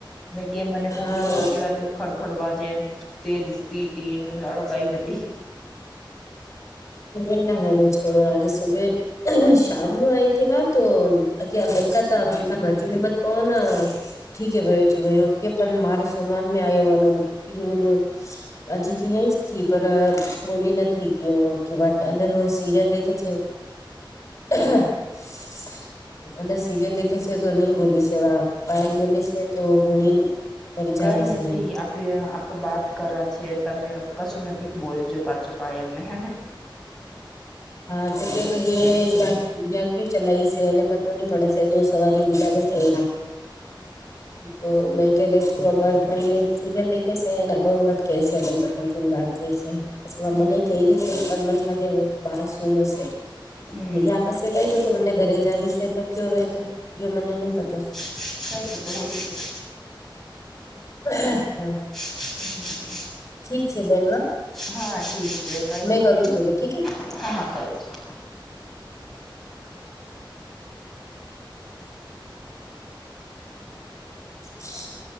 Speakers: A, in the centre; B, on the left (about 35°).
A: મે કે મને
B: હા
A: કોણ કેવ કેવા ત <unintelligible> ખડખડ વાજન તેજ સ્પીડ ટ એ સઝાડો કઈ નથી. <unintelligible>
B: એના નિ છોડ રગ સુભવે <unintelligible> શમનું આવીયથી વા તો હજી અલંકા તો અલંકા માજી હિંમત કોના ઠીકે ભાઈ ભાઈ ઓકે પણ મારે સનવાન મેં આવ્યો વનન હજી તો અયાં જ થી પર બોલી નથી. ઠીક ય ઓકે બટ અંદર સીરયલ દેખે છે. <inaudible> અંદર સિરિયલ દેખે છે તો નહી બોલી છે પાયલ બોલી છે. તો હોણી ફરી જ
A: કઈ
B: આવે સહી
A: નથી આપ આપ બાદ કરા છે, તમે કશું નથી બોલજો પાછો પાયલ ને હે ને <unintelligible>
B: હા, જે કે કઈ <unintelligible> એયા યા કયુ ચલાય છે એને પતો નહી પડે છે દો સવારી બિલાવે છે. <unintelligible>
A: <unintelligible>
B: તો મેંક દેશ સીરયલ દેખે છે એ બરમત કે છે વાત કે છે. પ
A: હમ
B: મને કઈ રીતે મને લાગે બહાર સુયું હશે.
A: હમ
B: બ પસે કઈ બધું મને ઘરે જ આવી છે, તો કયો વ તો એ મને નઈ પતો <unintelligible>
A: જઈ શ તો હોઈ, શકે <unintelligible>
B: હા <unintelligible>
A: <unintelligible>
B: ઠીક છે, બેન <unintelligible>
A: હા ઠીક છે, કઈ
B: મેં
A: નથી
B: કરું
A: હેના
B: છું અવે ઠીક હે
A: હા હા કરો છ. <unintelligible>
B: <unintelligible>